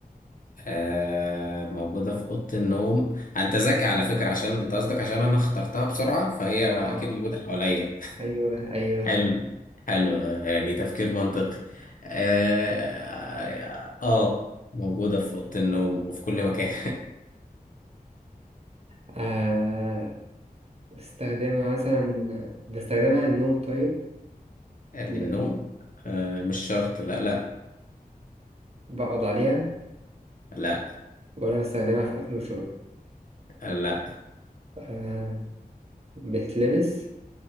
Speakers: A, on the left; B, on the right.
A: آه موجودة في أوضة النوم أنت ذكي على فكرة عشان أنت قصدك عشان أنا اخترتها بسرعة فهي
B: آه
A: أكيد موجودة حواليا
B: أيوه أيوه
A: حلو حلو يعني تفكير منطقي آه, آه موجودة في أوضة النوم وفي كل مكان
B: آه بستخدمها مثلا بستخدمها للنوم طيب
A: <laughs> للنوم
B: ن-
A: آه مش شرط لا لا
B: بقعد عليها
A: لا
B: وأنا بستخدمها في أكل وشرب
A: لا
B: آه بتلبس